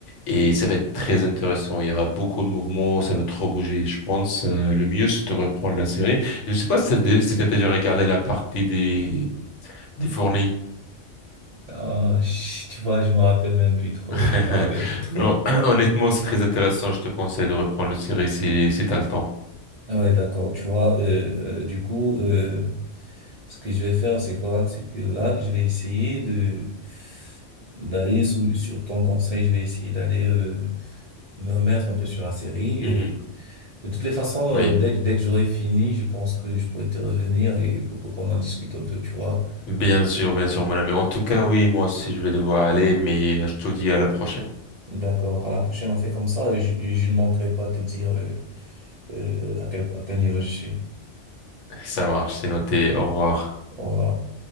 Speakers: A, on the left; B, on the right.
A: Et ça va être très intéressant. Il y aura beaucoup de mouvements, ça va trop bouger. Je pense, euh, le mieux, c'est de reprendre la série. Je sais pas si t'as dé- si t'as déjà regardé la partie des, des fournis.
B: Ah, je- tu vois, je me rappelle même plus trop,
A: <laughs>
B: je me rappelle plus trop.
A: Non, <clears throat> honnêtement, c'est très intéressant. Je te conseille de reprendre la série si, si t'as le temps.
B: Ah ouais, d'accord. Tu vois, euh, euh, du coup, euh, ce que je vais faire, c'est quoi? C'est que là, je vais essayer de d'aller sous- sur ton conseil, je vais essayer d'aller euh, me remettre un peu sur la série.
A: Mhm.
B: Et de toutes les façons,
A: Oui.
B: euh, dès que dès que j'aurai fini, je pense que je pourrai te revenir et pour, pour qu'on en discute un peu, tu vois.
A: Bien sûr, bien sûr, mon ami. En tout cas, oui, moi aussi, je vais devoir aller, mais euh, je te dis à la prochaine.
B: D'accord. À la prochaine, on fait comme ça. et Je, je ne manquerai pas de te dire euh, euh, à quel à quel niveau je suis.
A: Ça marche, c'est noté. Au revoir.
B: Au revoir.